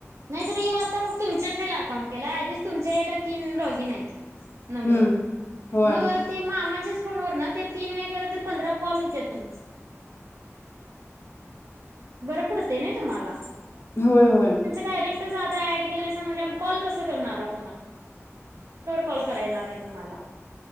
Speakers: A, on the right; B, on the left.
A: नाहीत हे आता मग तुमच्याच याला अकाउंट केला आधीच तुमच्या याला तीन लॉगिन आहेत नम
B: हम्म होय
A: मग ते मा फोन व तीन वे के तर पंधरा कॉल होत तुम बर पडतय ना तुम्हाला
B: होय होय
A: डारे ड कल कणा त कॉल कल कणार नाही तुमला